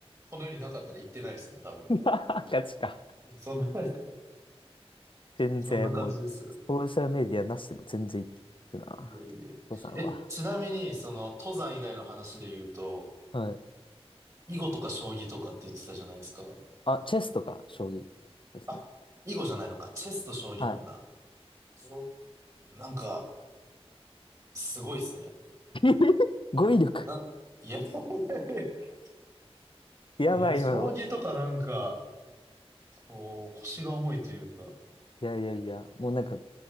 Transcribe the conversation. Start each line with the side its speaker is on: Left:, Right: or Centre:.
Right: この世になかったら行ってないですね、多分。
Left: <laughs> ガチか。
Right: そんな <laughs>
Left: 全然もう、
Right: そんな感じですよ。
Left: ソーシャルメディアなしでも全然いくな。
Right: いやいや。
Left: 父さんは。
Right: え、ちなみに、その、登山以外の話で言うと、
Left: はい。
Right: 囲碁とか将棋とかって言ってたじゃないですか。
Left: あ、チェスとか将棋ですね。
Right: あ、囲碁じゃないのか。チェスと将棋なんだ。
Left: はい。
Right: そうなんか、すごいっすね。
Left: <laughs> 語彙力。
Right: な、いや、<laughs>
Left: やばい、
Right: いや、将棋とかなんか、
Left: 今の。
Right: こう、腰が重いというか、
Left: いやいやいや、もうなんか、